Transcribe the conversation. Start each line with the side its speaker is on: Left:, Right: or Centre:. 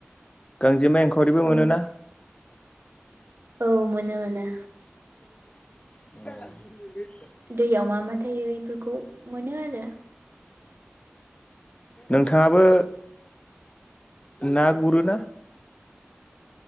Left: गांजेमा एंखावरिबो
Right: औ
Left: मोनोना।
Right: औ मोनो मोनो।
Left: <inaudible> <inaudible>
Right: दैयाव मा मा थायो बेफोरखौ मोनो आरो
Left: नोंथाङाबो ना गुरोना।